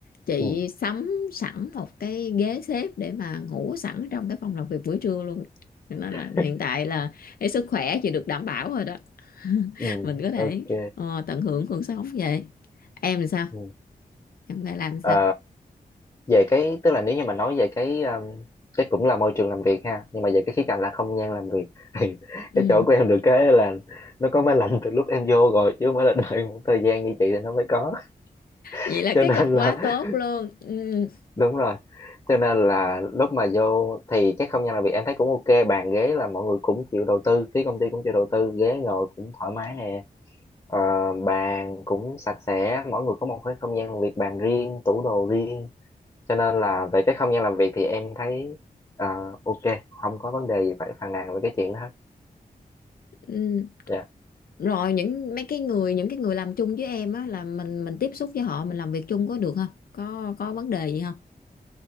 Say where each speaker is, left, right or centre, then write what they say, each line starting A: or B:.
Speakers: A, on the left; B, on the left.
A: chị
B: Ừ.
A: sắm sẵn một cái ghế xếp để mà ngủ sẵn trong cái phòng làm việc buổi trưa luôn cho nên
B: <laughs>
A: là hiện tại là cái sức khỏe chị được đảm bảo rồi đó <laughs>
B: Ừ,
A: mình có thể
B: ok.
A: ờ, tận hưởng cuộc sống vậy em làm sao
B: Ừ.
A: em phải làm sao
B: Ờ, về cái tức là nếu như mà nói về cái um, cái cũng là môi trường làm việc ha nhưng mà về cái khía cạnh là không gian làm việc <laughs> thì
A: ừ.
B: cái chỗ của em được cái là nó có máy lạnh từ lúc em vô rồi chứ không phải là đợi một thời gian như chị thì nó mới có <laughs>
A: vậy là cái
B: cho nên
A: cực quá
B: là
A: tốt luôn ừ.
B: đúng rồi cho nên là lúc mà vô thì cái không gian làm việc em thấy cũng ok bàn ghế là mọi người cũng chịu đầu tư phía công ty cũng chịu đầu tư ghế ngồi cũng thoải mái nè ờ, bàn cũng sạch sẽ mỗi người có một cái không gian làm việc bàn riêng tủ đồ riêng cho nên là về cái không gian làm việc thì em thấy ờ, ok không có vấn đề gì phải phàn nàn về cái chuyện đó hết
A: Ừ.
B: dạ
A: rồi những mấy cái người những cái người làm chung với em á là mình mình tiếp xúc với họ mình làm việc chung có được không có có vấn đề gì không